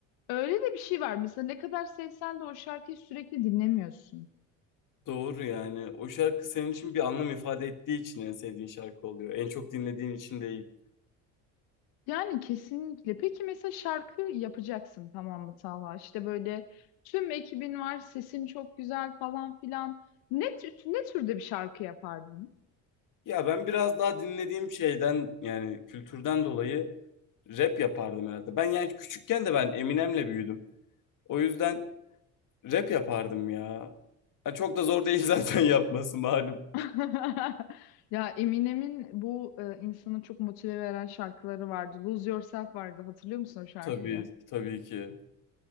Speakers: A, on the left (about 70°); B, on the left (about 55°).
A: öyle de bir şey var. Mesela ne kadar sevsen de o şarkıyı sürekli dinlemiyorsun.
B: Doğru yani. O şarkı senin için bir anlam ifade ettiği için en sevdiğin şarkı oluyor. En çok dinlediğin için değil.
A: Yani kesinlikle. Peki mesela şarkı yapacaksın tamam mı Talha? İşte böyle tüm ekibin var, sesin çok güzel falan filan. Ne, tür- ne türde bir şarkı yapardın?
B: Ya ben biraz daha dinlediğim şeyden yani kültürden dolayı rap yapardım herhalde. Ben yani küçükken de ben Eminem'le büyüdüm. O yüzden rap yapardım ya. Yani çok da zor değil zaten <laughs> yapması malum.
A: <laughs> Ya Eminem'in bu e, insanı çok motive veren şarkıları vardı. Lose Yourself vardı. Hatırlıyor musun o şarkıyı?
B: Tabii, tabii ki.